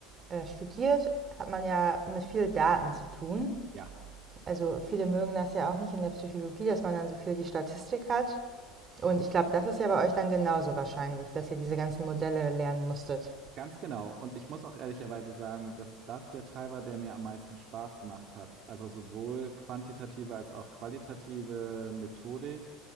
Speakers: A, on the right (about 25°); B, on the right (about 40°).
A: äh, studiert, hat man ja mit viel Daten zu tun.
B: Ja.
A: Also viele mögen das ja auch nicht in der Psychologie, dass man dann so viel die Statistik hat. Und ich glaube, das ist ja bei euch dann genauso wahrscheinlich, dass ihr diese ganzen Modelle lernen musstet.
B: Ganz genau. Und ich muss auch ehrlicherweise sagen, dass das der Teil war, der mir am meisten Spaß gemacht hat. Also sowohl quantitative als auch qualitative Methodik